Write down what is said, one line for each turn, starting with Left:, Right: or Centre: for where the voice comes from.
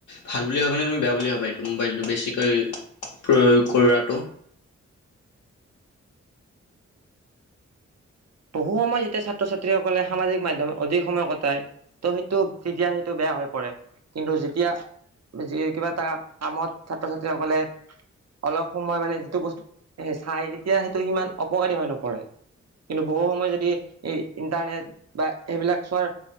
Left: ভাল বুলি ভাবা নে তুমি বেয়া বুলি ভাবা? এইটো মোবাইলটো বেছিকৈ প্ৰয়োগ কৰাটো।
Right: বহু সময় যেতিয়া ছাত্ৰ ছাত্ৰীসকলে সামাজিক মাধ্যমে অধিক সময় কটায়। ত', সেইটো তেতিয়া সেইটো বেয়া হৈ পৰে। কিন্তু যেতিয়া যি কিবা এটা কামত ছাত্ৰ ছাত্ৰীসকলে অলপ সময় মানে যিটো বস্তুত চাই তেতিয়া সেইটো সিমান অপকাৰী হৈ নপৰে। কিন্তু বহু সময় যদি এই ইণ্টাৰনেট বা এইবিলাক চোৱাৰ